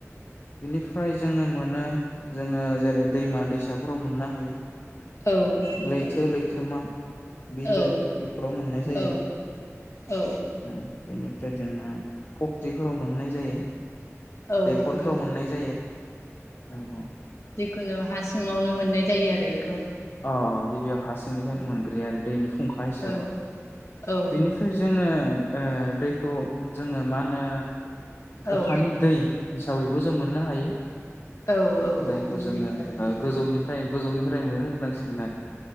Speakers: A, on the left (about 45°); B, on the left (about 60°).
A: बिनिफ्राय जोङो मोनो जोङो जेरै दैमा दैसाफोराव मोननो हायो
B: औ नंगौ
A: लैथो लैथोमा बिलो
B: औ
A: बेफोराव मोननाय जायो
B: औ औ
A: ओम बेनि ओमफ्राय जोङो फख्रिफोराव मोननाय जायो
B: औ
A: दैखरफ्राव
B: नंगौ
A: मोननाय जायो औ औ
B: खुनु हा सिङावनो मोननाय जायो आरो बेखौ।
A: अ गिबियाव हा सिंनिफ्रायनो
B: उम
A: मोनग्रोयो आरो दैनि फुंखा हिसाबै।
B: औ औ
A: बिनिफ्राय जोङो ओ दैखौ जोङो मा होनो
B: औ
A: अखानि दै हिसाबैबो जों मोननो हायो।
B: औ औ
A: जायखौ
B: अखानि
A: जोङो
B: दैजों
A: ओ
B: उम
A: गोजौनिफ्राय गोजौनिफ्राय मोनो होनब्ला सिगोन आरो